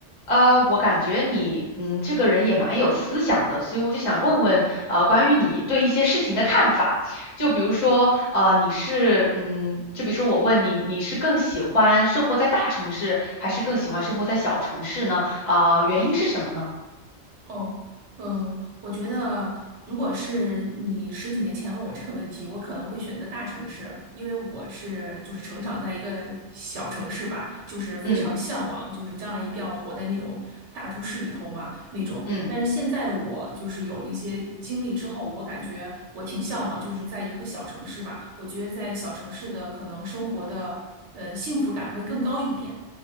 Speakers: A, on the left; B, on the right.
A: 呃，我感觉你，嗯，这个人也蛮有思想的，所以我就想问问，呃，关于你对一些事情的看法，就比如说，呃，你是，嗯，就比如说我问你，你是更喜欢生活在大城市，还是更喜欢生活在小城市呢？啊、原因是什么呢？
B: 哦，嗯，我觉得如果是你十几年前问我这个问题，我可能会选择大城市，因为我是就是成长在一个小城市吧，就是非常向往，
A: 嗯
B: 就是将来一定要活在那种大都市里头嘛那种。
A: 嗯。
B: 但是现在的我就是有一些经历之后，我感觉我挺向往，就是在一个小城市吧。我觉得在小城市的可能生活的呃幸福感会更高一点。